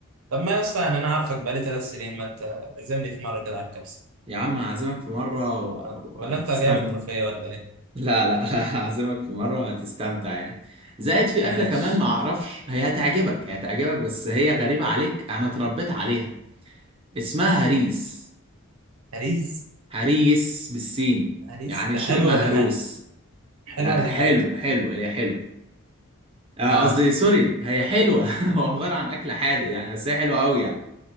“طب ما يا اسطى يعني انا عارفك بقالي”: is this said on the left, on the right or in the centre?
Right